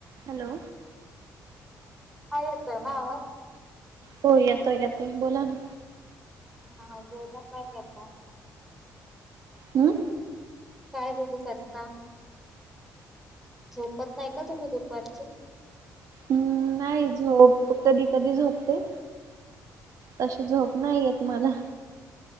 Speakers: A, on the right; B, in the centre.
A: Hello.
B: हा येतोय हा वा.
A: हो येतोय येतोय बोला ना.
B: हा बोल काय करता.
A: हम.
B: काय बोलू करता झोपत नाही का तुम्ही दुपारचीून
A: हम्म नाही झोप कधी कधी झोपते. तशी झोप नाही येत मला